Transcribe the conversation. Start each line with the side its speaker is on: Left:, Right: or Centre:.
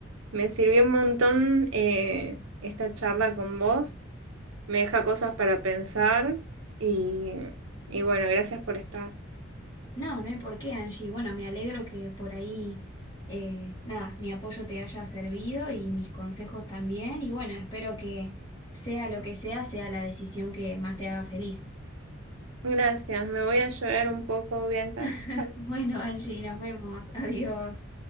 Right: me sirvió un montón eh, esta charla con vos, me deja cosas para pensar y, y bueno, gracias por estar.
Left: No, no hay por qué, Angie. Bueno, me alegro que por ahí, eh, nada, mi apoyo te haya servido y mis consejos también. Y bueno, espero que sea lo que sea, sea la decisión que más te haga feliz.
Right: Gracias, me voy a llorar un poco, Bianca.
Left: <laughs>
Right: Chao.
Left: Bueno, Angie, nos vemos. Adiós.